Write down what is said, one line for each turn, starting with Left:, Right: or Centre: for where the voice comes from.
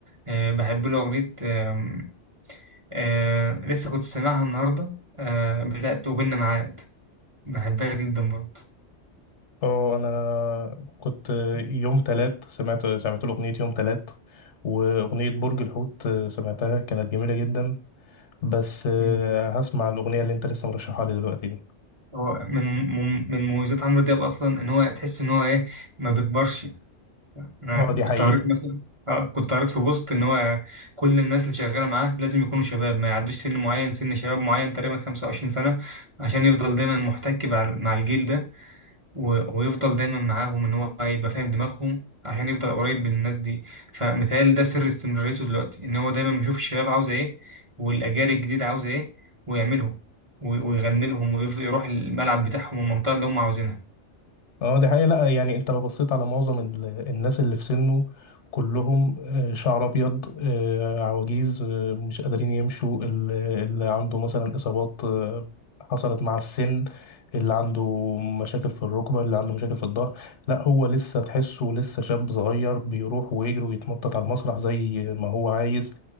Right: آه، بحب له اغنيه آم، آه، لسه كنت سامعها النهارده آه، بتاعت وبيننا معاد بحبها جدا برضه
Left: اه انا كنت آه، يوم تلات سمعت سمعت له اغنيه يوم تلات واغنيه برج الحوت آه، سمعتها كانت جميله جدا بس آه،
Right: مم.
Left: هسمع الاغنيه اللي انت لسه مرشحها لي دلوقتي دي
Right: هو من من من مميزات عمرو دياب اصلا ان هو تحس ان هو ايه ما بيكبرش انا
Left: اه دي
Right: كنت
Left: حقيقه
Right: قريت مثلا اه كنت قريت في بوست ان هو كل الناس اللي شغاله معاه لازم يكونوا شباب ما يعدوش سن معين سن شباب معين تقريبا 25 سنه عشان يفضل دايما محتك مع مع الجيل ده و- ويفضل دايما معاهم ان هو يبقى فاهم دماغهم عشان يفضل قريب من الناس دي فمتهيألي ده سر استمراريته دلوقتي ان هو دايما بيشوف الشباب عاوزه ايه والاجيال الجديده عاوزه ايه ويعملهم ويغني لهم ويفضل يروح الملعب بتاعهم والمنطقه اللي هم عاوزينها
Left: اه دي حقيقة لا يعني انت لو بصيت على معظم ال- الناس اللي في سنه كلهم آه، شعر ابيض آه، عواجيز آه، مش قادرين يمشوا ال- اللي عنده مثلا اصابات آه، حصلت مع السن اللي عنده مشاكل في الركبة اللي عنده مشاكل في الظهر لا هو لسه تحسه لسه شاب صغير بيروح ويجري ويتنطط على المسرح زي ما هو عايز